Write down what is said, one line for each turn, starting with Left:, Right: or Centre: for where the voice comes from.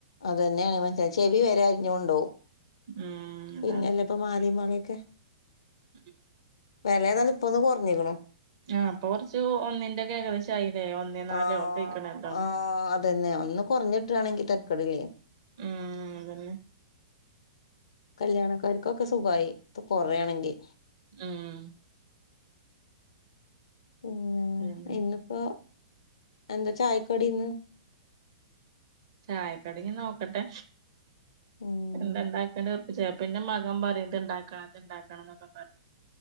Left: അതന്നെയാണ് മറ്റെ ചെവി വരെ അരഞ്ഞു കൊണ്ടോവും
Right: ഉം അതാണ്
Left: പിന്നെല്ല ഇപ്പൊ മാലമവളൊക്കെ
Right: <unintelligible>
Left: വില ഏതായാലുംഇപ്പൊ ഒന്ന് കുറഞ്ഞിക്ക്ണ്
Right: ആഹ് ഇപ്പൊ കുറച്ച് ഒന്നിന്റെറ ഒക്കെ ഏകദേശം ആയി അല്ലെ ഒന്നേ നാലോ
Left: ആഹ്
Right: ഒക്കയ്ക്ക്ണല്ലോ
Left: ആഹ് അതന്നെ ഒന്ന് കൊറഞ്ഞിട്ടാണെങ്കി തരക്കേടില്ലേ
Right: ഉം അതന്നെ
Left: കല്യാണക്കാർക്കൊക്കെ സുഖായി ഇപ്പ കൊറയാണെങ്കിൽ
Right: ഉം
Left: പി
Right: പിന്നെ
Left: ഇന്നിപ്പോഎന്താ ചായക്കടി ഇന്ന്
Right: ചായക്കടി നോക്കട്ടെ
Left: ഉം
Right: എന്തണ്ടാക്കേ ചേപ്പന്റെ മകൻ പറയും ഇത് ഇണ്ടാക്കണം ഇത് ഇണ്ടാക്കണം എന്നൊക്കെ പറയും